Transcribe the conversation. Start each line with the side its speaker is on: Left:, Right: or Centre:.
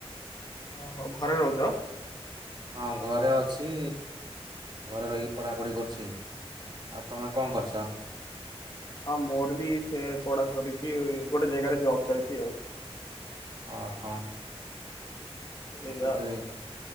Left: ଓ ହୋ ଘରେ ରହୁଚ?
Right: ହଁ ଘରେ ଅଛି, ଘରେ ରହିକି ପଢ଼ାପଢି କରୁଚି। ଆଉ ତମେ କଣ କରୁଚ?
Left: ହଁ ମୋର ବି ସେଇଆ ପଢା ସରିକି, ଗୋଟେ ଜେଗାରେ ଜବ୍ ଚାଲିଚି ଆଉ।
Right: ଓ ହୋ। ମୁଁ
Left: ଏଇଆ
Right: ତ
Left: ଆଉ
Right: ଯାଏ,